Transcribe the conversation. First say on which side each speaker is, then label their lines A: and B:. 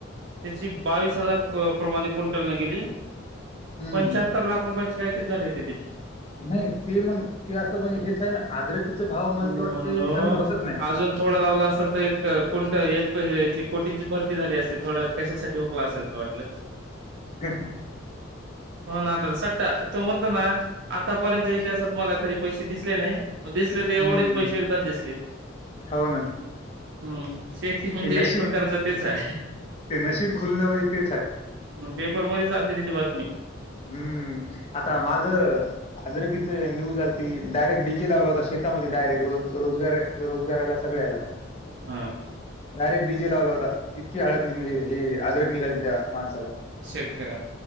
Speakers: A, on the right; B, on the left.
A: त्याची बावीस हजार प्रमाणे क्विंटलने गेली.
B: हं,
A: पंच्याहत्तर लाख रुपयाची काहीतरी झाली होती त्याची
B: नाही ते मग ते असं म्हणजे हेच आहे ना, अद्रकीचे भाव मला
A: मी
B: तर वाटते
A: म्हणलो,
B: कमी होतच नाही.
A: अजून थोडं लावलं असत त एक क्विंटल एक भयाची कोटीची भरती झाली असती थोडं कशासाठी हुकला असेल तर वाटलं
B: ह...,
A: हो ना, तर सट्टा तो म्हणतो ना, आतापर्यतच्या इतिहासात मला तरी पैसे दिसले नाही. दिसले एवढेच
B: हं,
A: पैसे एकदा दिसले.
B: हो ना.
A: हम्म शेती म्हणजे
B: ते नशीब
A: एक प्रकारच तेच आहे.
B: ते नशीब खुललं म्हणजे तेच आहे.
A: आहे पेपर मध्येच आलती तिची बातमी
B: हम्म आता मागं अदरकीच न्यूज आली त डायरेक्ट डीजे लावला होता शेतामध्ये डायरेक्ट रोज रोजगार रोजगाराला सगळ्याला.
A: हां.
B: डायरेक्ट डीजे लावला होता. इतकी हळद म्हणजे हे आदरक निघाले त्या माणसाला.
A: शेतकऱ्याला.